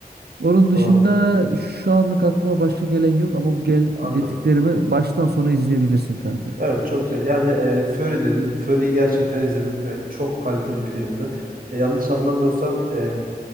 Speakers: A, on the right (about 80°); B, on the right (about 60°).
A: Onun
B: Doğru.
A: dışında şu anlık aklıma başka gelen yok ama bu gel
B: Anladım.
A: dediklerimi baştan sona izleyebilirsin kanka.
B: Evet çok güzel. Yani e, Fury dedin. Fury'yi gerçekten izledim. E, çok kaliteli bir filmdi. E, yanlış anlamıyorsam e,